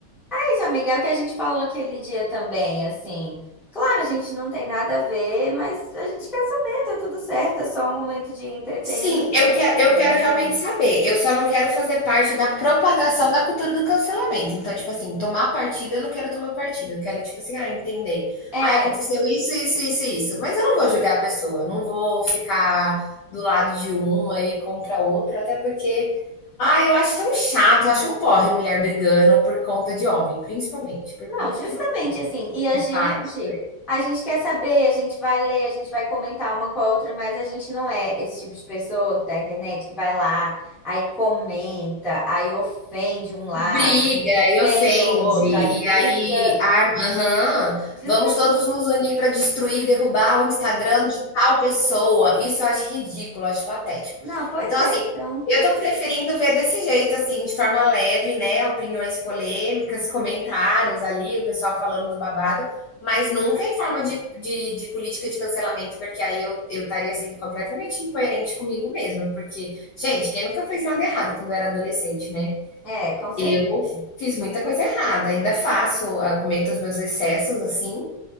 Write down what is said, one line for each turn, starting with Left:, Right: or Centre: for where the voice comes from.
Centre: é isso, amiga, é o que a gente falou aquele dia também, assim. Claro, a gente não tem nada a ver, mas a gente quer saber, tá tudo certo, é só um momento de entretenimento
Left: Sim, eu que eu
Centre: também.
Left: quero realmente saber. Eu só não quero fazer parte da propagação da cultura do cancelamento. Então, tipo assim, tomar partido, eu não quero tomar partido. Eu quero, tipo assim, ah, entender.
Centre: É,
Left: Ah, aconteceu isso, isso, isso, e isso. Mas eu não vou julgar a pessoa, não vou ficar do lado de uma e contra a outra, até porque, ah, eu acho tão chato, eu acho um porre mulher brigando por conta de homem, principalmente por
Centre: não,
Left: conta
Centre: justamente
Left: de homem.
Centre: assim. E
Left: Tem
Centre: a gente,
Left: vários.
Centre: a gente quer saber, a gente vai ler, a gente vai comentar uma com a outra, mas a gente não é esse tipo de pessoa que da internet que vai lá, aí comenta, aí ofende um lado,
Left: Briga e
Centre: ofende
Left: ofende,
Centre: o outro, aí
Left: e aí,
Centre: briga.
Left: ah, aham,
Centre: Justamente.
Left: vamos todos nos unir para destruir, derrubar o Instagram de tal pessoa. Isso eu acho ridículo, acho patético.
Centre: Não, pois
Left: Então,
Centre: é,
Left: assim,
Centre: então.
Left: eu tô preferindo ver desse jeito, assim, de forma leve, né? Opiniões polêmicas, comentários ali, o pessoal falando do babado, mas nunca em forma de, de, de política de cancelamento, porque aí eu, eu estaria sendo completamente incoerente comigo mesma. Porque, gente, quem nunca fez nada errado quando era adolescente, né?
Centre: É, com certeza.
Left: Eu fiz muita coisa errada, ainda faço, ah, cometo os meus excessos, assim,